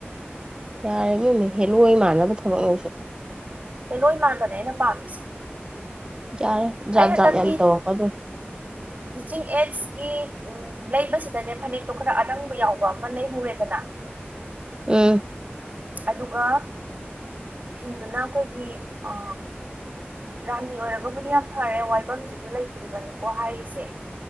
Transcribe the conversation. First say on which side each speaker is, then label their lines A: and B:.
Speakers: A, on the right (about 20°); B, on the right (about 45°).
A: ꯌꯥꯔꯦ ꯏꯕꯦꯝꯃ ꯍꯦꯜꯂꯣꯏ ꯃꯥꯟꯅꯕ ꯊꯕꯛꯅꯤ ꯅꯪꯁꯨ
B: ꯍꯦꯜꯂꯣꯏ ꯃꯥꯟꯕꯅꯦ ꯑꯩꯅ ꯄꯥꯝꯃꯤꯁꯦ
A: ꯌꯥꯔꯦ ꯖꯥꯠ
B: ꯑꯩ ꯍꯟꯗꯛꯀꯤ
A: ꯖꯥꯠ ꯌꯥꯝ ꯇꯧꯔꯛꯀꯗꯧꯔꯤ
B: ꯇꯤꯆꯤꯡ ꯑꯦꯠꯁꯀꯤ ꯎ ꯂꯩꯕꯁꯤꯗꯅꯦ ꯐꯅꯦꯛꯇꯣ ꯈꯔ ꯑꯔꯪꯕ ꯌꯥꯎꯕ ꯑꯃ ꯂꯩꯍꯧꯔꯦꯗꯅ
A: ꯎꯝ
B: ꯑꯗꯨꯒ ꯐꯤꯗꯨꯅ ꯑꯩꯈꯣꯏꯒꯤ ꯑ ꯔꯥꯅꯤ ꯑꯣꯏꯔꯒꯕꯨꯗꯤ ꯌꯥꯝ ꯐꯔꯦ ꯋꯥꯏꯐꯝꯁꯤꯁꯨ ꯂꯩꯇ꯭ꯔꯤꯕꯅꯤꯀꯣ ꯍꯥꯏꯔꯤꯁꯦ